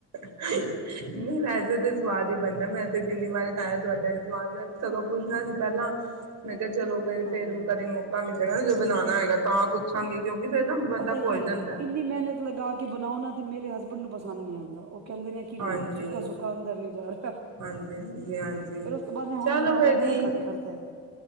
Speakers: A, on the right (about 75°); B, on the right (about 55°).
A: ਨਹੀਂ ਵੈਸੇ ਤਾਂ ਸਵਾਦ ਹੀ ਬਣਦਾ ਮੈਂ ਤੇ ਜਿੰਨੀ ਵਾਰ ਖਾਇਆ ਤੁਹਾਡਾ ਸਵਾਦ ਨਾਲ। ਸਗੋਂ ਪੁੱਛਣਾ ਸੀ ਪਹਿਲਾਂ ਮੈਂ ਕਿਹਾ ਚਲੋ ਫ
B: ਹਾਂ
A: ਫੇਰ ਕਦੇ ਮੋ- ਕਾ ਮਿਲੇਗਾ ਨਾ ਜੇ ਬਨਾਣਾ ਹੋਏਗਾ ਤਾਂ ਪੁੱਛਾਂਗੀ ਕਿਉਂਕਿ- ਫੇਰ ਨਾ ਬੰਦਾ
B: ਪਤਾ
A: ਭੁੱਲ
B: ਕਿ
A: ਜਾਂਦਾ
B: ਇੰਨੀ ਮਿਹਨਤ ਲਗਾ ਕੇ ਬਣਾਓ ਨਾ ਤੇ ਮੇਰੇ ਹਸਬੈਂਡ ਨੂੰ ਪਸੰਦ ਨੀ ਆਂਦਾ ਉਹ ਕਹਿੰਦੇ ਨੇ, ਕੀ ਬਣਾਇਆ
A: ਹਾਂਜੀ
B: ਸੁੱਕਾ- ਸੁੱਕਾ ਅੰਦਰ ਨੀ ਜਾ ਰਿਹਾ,
A: ਹਾਂਜੀ ਹਾਂਜੀ ਹਾਂਜੀ
B: ਫੇਰ ਉਸ ਤੋਂ ਬਾਅਦ ਮੈਂ ਹੁਣ
A: ਚਲੋ
B: ਬਣਾਣਾ
A: ਫੇਰ ਠੀਕ
B: ਬੜਾ ਘੱਟ
A: ਹੈ
B: ਕਰ ਅੱਛਾ,